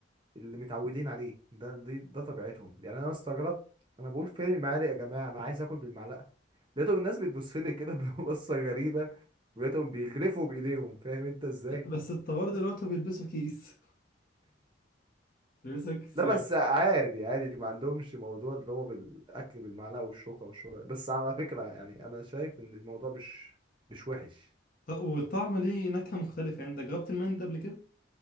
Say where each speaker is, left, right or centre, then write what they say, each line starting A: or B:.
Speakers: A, on the right; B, on the left.
A: اللي متعودين عليه ده دي ده طبيعتهم يعني انا استغربت انا بقول فين المعالق يا جماعه انا عايز اكل بالمعلقه لقيتهم الناس بتبص لي كده <laughs> ببصه غريبه ولقيتهم بيجرفوا بايديهم فاهم انت ازاي
B: بس الطوار دلوقتي بيلبسوا كيس بيلبسوا كيس
A: لا
B: واحد
A: بس عادي عادي ما عندهمش موضوع اللي هو بالاكل بالمعلقه والشوكه والشوكه بس على فكره يعني انا شايف ان الموضوع مش مش وحش
B: طب والطعم ليه نكهة مختلفة يعني أنت جربت المندي قبل كده؟